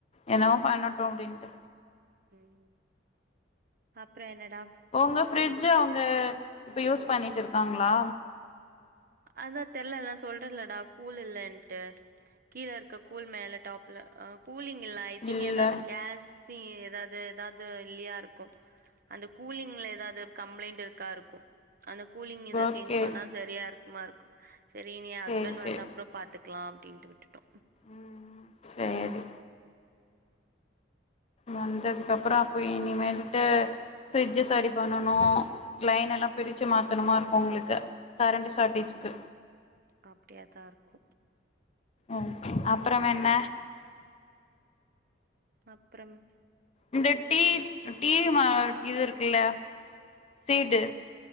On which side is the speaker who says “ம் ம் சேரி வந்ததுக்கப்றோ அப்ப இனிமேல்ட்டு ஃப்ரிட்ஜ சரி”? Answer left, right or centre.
Left